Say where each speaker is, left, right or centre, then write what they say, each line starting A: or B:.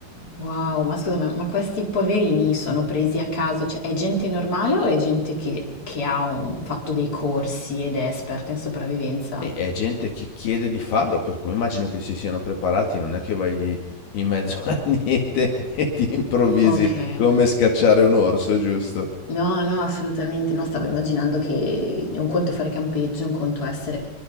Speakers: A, on the left; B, on the left.
A: Wow, ma scusa, ma, ma questi poverini sono presi a caso? Cioè, è gente normale o è gente che, che ha un- fatto dei corsi ed è esperta in sopravvivenza?
B: E è gente che chiede di farlo, per cui immagino che si siano preparati, non è che vai lì in mezzo <laughs> a niente e ti improvvisi
A: Ok,
B: come scacciare un orso, giusto?
A: no, no, assolutamente no, stavo immaginando che un conto è fare campeggio, un conto è essere...